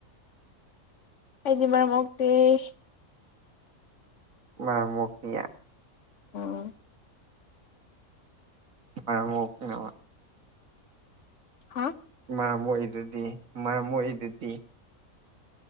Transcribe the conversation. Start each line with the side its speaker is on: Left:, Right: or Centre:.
Left: ꯍꯥꯏꯗꯤ ꯃꯔꯔ ꯑꯃꯛ ꯗꯦꯁ
Right: ꯃ ꯃꯨꯐꯌꯥ
Left: ꯑꯣꯝ
Right: ꯃ ꯑꯣꯀꯦꯅꯦ
Left: ꯍꯥ
Right: ꯃꯔꯝ ꯑꯣꯏꯗꯨꯗꯤ ꯃꯔꯝ ꯑꯣꯏꯏꯗꯨꯗꯤ